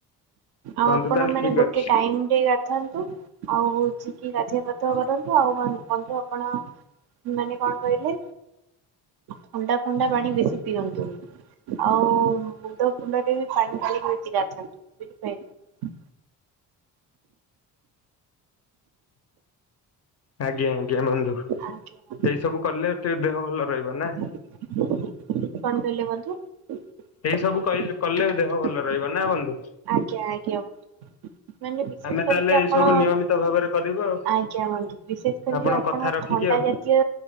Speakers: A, on the right; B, on the left.
A: ଆପଣ
B: ବନ୍ଧୁ ତାହେଲେ
A: ମାନେ
B: ଠିକ
A: ଗୋଟେ
B: ଅଛି
A: ଟାଇମ ରେ ଗାଧାନ୍ତୁ। ଆଉ ହଉଚିକି ଗାଧିଆ ପଥୁଆ କରନ୍ତୁ ଆଉ ବନ୍ଧୁ ଆପଣ ମାନେ କଣ କହିଲେ ଥଣ୍ଡା କୁଣ୍ଡା ପାଣି ବେଶୀ ପିଅନ୍ତୁନି। ଆଉ ମୁଣ୍ଡ ଫୁଣ୍ଡରେ ବି ପାଣି ଢାଳି ବେସି ଗାଧାନ୍ତୁନି ବୁଝିପାଇଲେ।
B: ଆଜ୍ଞା ଆଜ୍ଞା ବନ୍ଧୁ
A: ଆଜ୍ଞା ବନ୍ଧୁ।
B: ଏଇ ସବୁ କଲେ ଟିକେ ଦେହ ଭଲ
A: କଣ
B: ରହିବ ନା
A: କହିଲେ ବନ୍ଧୁ? ଆଜ୍ଞା
B: ଏଇ ସବୁ କହିଲେ କଲେ ଦେହ ଭଲ ରହିବ ନା ବନ୍ଧୁ
A: ଆଜ୍ଞା ବନ୍ଧୁ, ମାନେ ବିଶେଷ
B: ଆମେ ତାହେଲେ
A: କରିକି ଆପଣ
B: ଏଇ ସବୁ ନିୟମିତ ଭାବରେ କରିବୁ ଆଉ
A: ଆଜ୍ଞା ବନ୍ଧୁ ବିଶେଷ କରିକି
B: ଆପଣଙ୍କ
A: ଆପଣ
B: କଥା ରଖିକି
A: ଥଣ୍ଡା
B: ଆଉ
A: ଜାତୀୟ